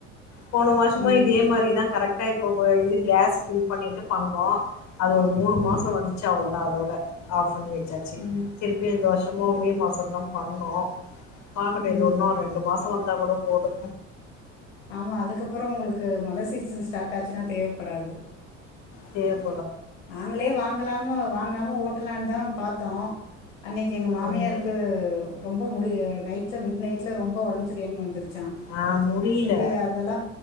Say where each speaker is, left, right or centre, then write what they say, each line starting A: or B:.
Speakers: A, on the left; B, on the left.
A: போன மாசமு
B: ம்
A: இதே மாரிதா கரெக்ட்டா இப் போப இது கேஸ் ஃபில் பண்ணிட்டு பண்ணோ அது ஒரு மூணு
B: ம்
A: மாசோ வந்துச்சு அவ்ளோதா அதோட ஆஃப் பண்ணி சாச்சி
B: ம்
A: திருப்பி இந்த வருஷமூ
B: ஓ
A: மே மாசோந்தா பண் ணோ பாக்கட்டூ
B: ம்
A: இது ஒன்னூ ரெண்டு மாசோ வந்தா கூடப் போதூ
B: ஆமா அதுக்கப்றோ உங்ளுக்கு மழ சீசன் ஸ்டாட் டாச்சினா தேவப்படாது
A: தேவ்
B: நாங்களே வாங்கலாம்னு வாங்காம ஓட்டலான் தா பாத்தோ அன்னைக்கு எங்க மாமியாருக்கு
A: ம்
B: ரொம்ப முடி நைட்ல மிட் நைட்ல ரொம்ப ஒடம்ப் செரியாம வந்துரு ச்சா
A: ஆ முடில
B: செரி அதெல்லா